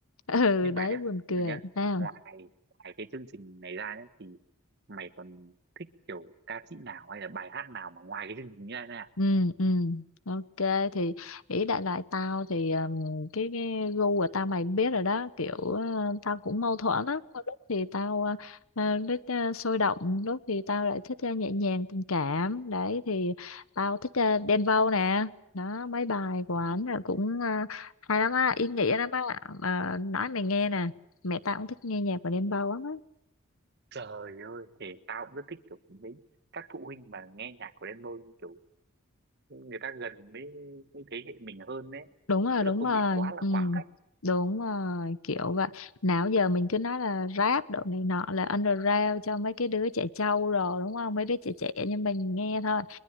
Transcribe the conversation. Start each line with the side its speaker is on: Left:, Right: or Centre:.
Left: ừ.
Right: nhưng
Left: đấy
Right: mà nhá
Left: buồn cười
Right: tức là nhá
Left: Nào
Right: ngoài ngoài cái chương trình này ra nhá thì mày còn thích kiểu ca sĩ nào hay là bài hát nào mà ngoài cái chương trình ra nè
Left: ừ ừ ok thì ý đại loại tao thì um, cái cái gu của tao mày biết rồi đó kiểu ờ, tao cũng mâu thuẫn lắm có lúc thì tao ờ, ờ, thích ờ, sôi động lúc thì tao lại thích ờ, nhẹ nhàng tình cảm đấy thì tao thích ờ, Đen Vâu nè đó mấy bài của
Right: ừ.
Left: ảnh là cũng ờ, hay lắm á ý nghĩa lắm á mà nói mày nghe nè mẹ tao cũng thích nghe nhạc của Đen Vâu lắm á
Right: trời ơi thì tao cũng rất thích kiểu mấy các phụ huynh mà nghe nhạc của Đen Vâu, kiểu người ta gần với với thế hệ mình hơn đấy
Left: đúng rồi
Right: tức
Left: đúng
Right: là không
Left: rồi
Right: bị quá là
Left: ừ
Right: khoảng cách
Left: đúng rồi kiểu vậy nào giờ mình cứ nói là rap độ này nọ là underground cho mấy cái đứa trẻ trâu rồi đúng không mấy đứa trẻ trẻ nhưng mình nghe thôi